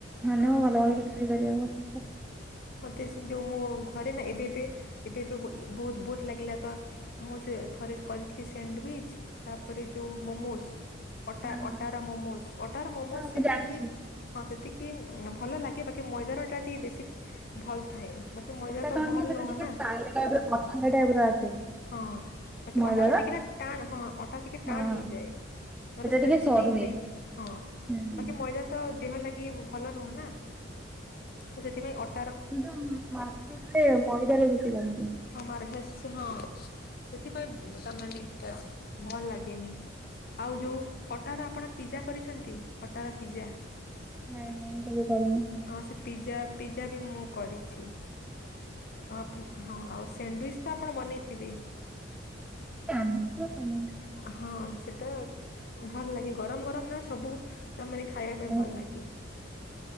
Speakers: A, in the centre; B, on the left (about 50°).
A: ମାନେ
B: ହଁ।
A: ମୁ ଭଲ ଭଲ ରୋଷେଇ କରିବାକୁ ଭଲ
B: ମତେ ସେ ଯୋଉ ମୋ ଘରେ ନା ଏବେଏବେ ଏବେଏବେ ବହୁତ ବୋର ଲାଗିଲା ତ ମୁଁ ସେ ଥରେ କରିଥିଲି ସେଣ୍ଡୱିଚ। ତାପରେ ଯୋଉ ମୋମୋଜଟ
A: ହଁ ହଁ
B: ଅଟାର ମୋମୋଜ ଅଟାର ମୋମୋଜ
A: ହଁ
B: ସେତିକି
A: ମୁଁ ଜାଣିଛି।
B: ହଁ ସେତିକି ଭଲ ଲାଗେ ବାକି ମଇଦାର ଟା ଟିକେ ବେଶୀ ଭଲ୍ ଥାଏ। ବାକି ମଇଦା
A: ସେଇଟା
B: ତ
A: କଣ
B: ଭଲ
A: କି ସେଟା
B: ନୁହଁ
A: ଟିକେ
B: ନା
A: ତା ଟାଇପ୍ କଥା ଟାଇପ୍ ରୁ ଆସେ।
B: ହଁ ବାକି
A: ମଇଦାର।
B: ଅଟାର ଟିକେ ନା ଟାଣ୍ ହଁ ଅଟାର ଟିକେ
A: ହଁ
B: ଟାଣ୍ ହେଇଯାଏ। ନହେଲେ ସେଟା
A: ଟିକେ
B: ବି ଷ୍ଟିମ୍
A: ସରୁଏ।
B: ଦେଇକି ହଁ
A: ହୁଁ
B: ବାକି ମଇଦା ତ ଦେହ ଲାଗି ଭଲ ନୁହଁ ନା ତ ସେଥିପାଇଁ ଅଟା
A: କିନ୍ତୁ ମାର୍କେଟରେ ମଇଦା ରେ ବିକିଲେଣି।
B: ହ ମାର୍ ହେସ୍ଛି ହଁ। ସେଥିପାଇଁ ତ ମାନେ ଏଟା ଭଲ୍ ଲାଗେନି। ଆଉ ଯୋଉ ଅଟାର ଆପଣ ପିଜ୍ଜା କରିଛନ୍ତି ଅଟାର ପିଜ୍ଜା।
A: ନାଇଁ ନାଇଁ କେବେ କରିନି।
B: ହଁ ସେ ପିଜା ପିଜ୍ଜା ବି ମୁଁ କରିଛି। ହଁ ଆଉ ସେଣ୍ଡ୍ୱିସ୍ ତ ଆପଣ ବନେଇଥିବେ?
A: ଏ ଆମିଷ ତମ
B: ହଁ ସେଟା ଭଲ୍ ଲାଗେ ଗରମ ଗରମ ନା ସବୁ ତାମାନେ ଖା ଖାଇବା
A: ହଁ।
B: ପାଇଁ ଭଲ୍ ଲାଗେ